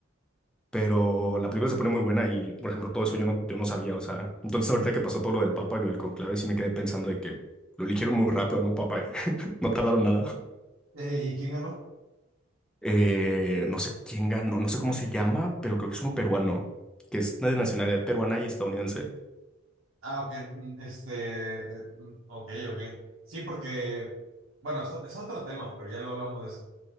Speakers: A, in the centre; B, on the right.
A: pero la película se pone muy buena y, por ejemplo, todo eso yo no, yo no sabía, o sea, entonces ahorita que pasó todo lo del Papa y lo del conclave, sí me quedé pensando de que lo eligieron muy rápido, ¿no, Papa? eh? <laughs> No tardaron nada.
B: Eh, ¿y quién ganó?
A: Eh, no sé quién ganó, no sé cómo se llama, pero creo que es uno peruano, que es de nacionalidad peruana y estadounidense.
B: Ah, ok, mm, este, eh, mm, ok, ok. Sí, porque, bueno, eso es otro tema, pero ya luego hablamos de eso.